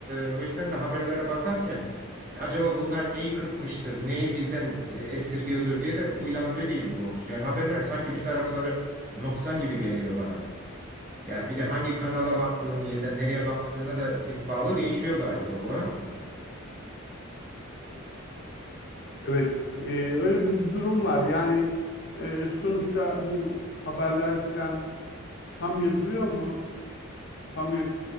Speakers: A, on the right; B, on the left.
A: E, o yüzden de haberlere bakarken "Ya acaba bunlar neyi kırpmıştır, neyi bizden e, esirgiyordur diye de huylanmıyor değilim doğrusu. Yani haberler sanki bir tarafları noksan gibi geliyor bana. Yani bir de hangi kanala baktığın ya da nereye baktığına da de- bağlı değişiyor galiba bu. ha?
B: Evet, e, öyle bir durum var. Yani e, sonuçta bu haberler filan Tam yazılıyor mu? Tam y-